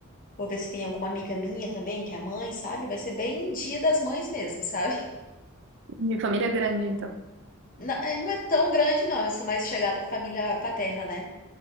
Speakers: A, on the left; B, on the right.
A: Vou ver se vem alguma amiga minha também, que é mãe, sabe? Vai ser bem dia das mães mesmo, <laughs> sabe?
B: Minha família é grande, então.
A: Não, é não é tão grande, não. Eu sou mais chegada à família paterna, né?